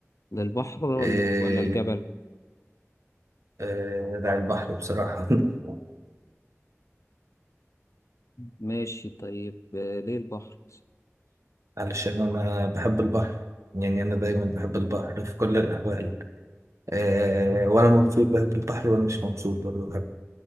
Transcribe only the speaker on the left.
للبحر ولا
ولا الجبل
ماشي طيب آه ليه البحر مثلاً؟